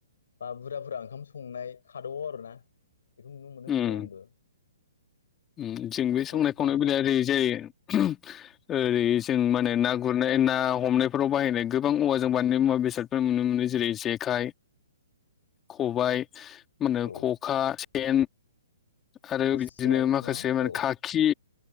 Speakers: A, on the left (about 70°); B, on the left (about 20°).
A: बा बुरजा बुरजा ओंखाम संनाय खादाव आरो ना। बेखौ नुनो मोनो
B: उम
A: मोननाया आंबो।
B: उम जों
A: खादौफोर
B: बे संनाय खावनाय
A: बानायनाय
B: बेलाया ओरै
A: औ
B: जायो ओरै जों माने
A: औ
B: ना गुरनाय ना हमनायफोराव बाहायनाय गोबां औवाजों बानायनाय मुवा बेसादफोर नुनो मोनो जेरै जेखाइ खबाय मा होनो
A: औ
B: खखा सेन। आरो बिदिनो
A: सेन
B: माखासे
A: ना
B: माने
A: औ
B: खाखि